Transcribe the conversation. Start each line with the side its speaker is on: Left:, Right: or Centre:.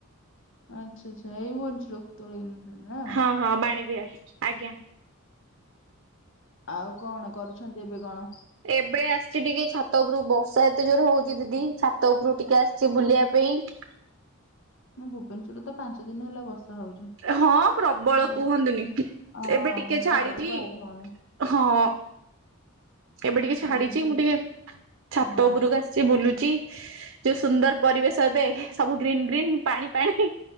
Left: ଆଚ୍ଛା ଆଚ୍ଛା। ଏଇ। <unintelligible>
Right: ହଁ ହଁ, ବାଣୀ ବିହାର ଆଜ୍ଞା।
Left: ଆଉ କଣ କରୁଛନ୍ତି ଏବେ କଣ?
Right: ଏବେ ଆସିଚି ଟିକେ ଛାତ ଉପରକୁ। ବର୍ଷା ଏତେ ଜୋରେ ହଉଚି ଦିଦି ଛାତ ଉପରୁ ଟିକେ ଆସିଚି ବୁଲିବା ପାଇଁ।
Left: ନା ଭୁବନେଶ୍ୱର ତ ପାଞ୍ଚ ଦିନ ହେଲା ବର୍ଷା। ହଉଛି
Right: ହଁ ପ୍ରବଳ
Left: ବସ୍-
Right: କୁହନ୍ତୁନି।
Left: ହଁ
Right: ଏବେ ଟିକେ ଛାଡିଚି।
Left: ଘରୁ ବାହାରି ହଉନି
Right: ହଁ। ଏବେ ଟିକେ ଛାଡିଚି,
Left: ବହୁତ ଜୋର
Right: ମୁଁ ଟିକେ ଛାତ
Left: ହଁ
Right: ଉପରକୁ ଆସିଚି ବୁଲୁଚି। ଯୋଉ ସୁନ୍ଦର ପରିବେଶ ଏବେ, ସବୁ ଗ୍ରୀନ୍ ଗ୍ରୀନ୍ ପାଣି ପାଣି